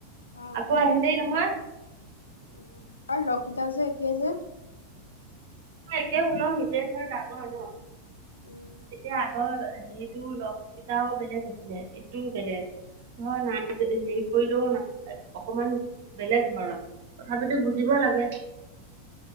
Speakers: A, on the left (about 75°); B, on the right (about 55°).
A: অ
B: আকৌ আহিলেই নহয়।
A: উম আৰু লগকিতা যে একেই যে।
B: একে ওলও নিজে ধৰ ডাঙৰ ন'
A: উম
B: এতিয়া আগৰ হেৰিতটো লগ কেইতাও বেলেগ আছিলে এইটোও বেলেগ। ধৰ ন' হেৰি কৰিলেও ন' অকমান বেলেগ ধৰণৰ। তথাপিতো
A: উম
B: বুজিব লাগে।